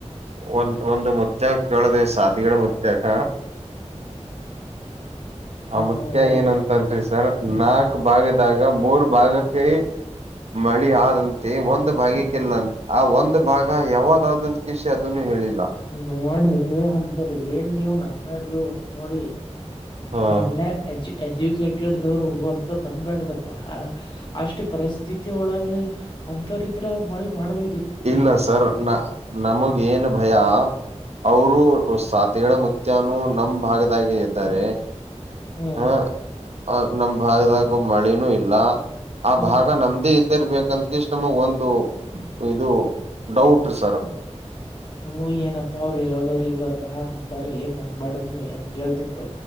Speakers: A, on the right (about 65°); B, on the left (about 40°).
A: ಒಂದು ಒಂದು ಮತ್ಯಾಗ ಕೇಳುದ ಸಾತ್ಗಿಡ ಮತ್ಯಾಗ ಆ
B: ಹಾ
A: ಮತ್ಯ
B: ಹೇಳಿ ಹೇಳಿ
A: ಏನಂತಲ್ರಿ ಸರ್ ನಾಲ್ಕ್ ಭಾಗದಾಗ ಮೂರ್ ಭಾಗಕ್ಕೆೈ ಮಳಿ ಆದಂತೆ ಒಂದ್ ಭಾಗಕ್ಕೆ ಇಲ್ಲ ಆ ಒಂದ್ ಭಾಗ ಯಾವದಾದಂತ ಕಷ ಅದನ್ನು ಹೇಳಿಲ್ಲ
B: ನೋಡ್ರಿ ಅಂತ್ರಿ ಏನ್ ನೀವು ನಬ್ ಮಾಡಾ್ದು ನೋಡಿ
A: ಹಾ
B: ಎಲ್ಲ ಅಜಜ ಎಜುಕೇಟೆಡ್ನವರು ಅಂತ ನಂಬಬ್ಯಾಡ್ದಪ್ಪ ಅಷ್ಟು ಪರಿಸ್ಥಿತಿ ಒಳಗೆ ಅಂತ್ರ ಇದ್ರ ಅವ್ರ್ ಮಳಿ ಮಾಡಬೇಕು
A: ಇಲ್ಲ ಸರ್ ನ ನಮಗ ಏನ್ ಭಯ ಅವರುೂ
B: ಹ್ಮ್
A: ಸಾತ್ ತಿೆಗಳಮತ್ಯಾನು ನಮ್ ಭಾಗದಾಗ ಇದ್ದಾರೆ
B: ಹಾ
A: ಆಹ ಆ ನಮ್ ಭಾಗದಾಗ ಮಳಿನೂ ಇಲ್ಲ ಆ
B: ಹೌದು.
A: ಭಾಗ ನಮ್ದೇ ಇತ್ತು ರ್ಬೇಕಂದಕ ಇಷ್ಟ್ ನಮಗ್ ಒಂದು ಇದು ಡೌಟ್ ರೀ ಸರ್
B: ಅದು ಏನಪ್ಪಾ ಅವ್ರು ಹೇಳ್ದವ್ರ ಈಗತ್ತ ಅಂತಾರ ಏನ್ ನಂಬಬ್ಯಾಡ್ದ್ನ ಏನ್ ಕೇಳ್ತನ್ಪ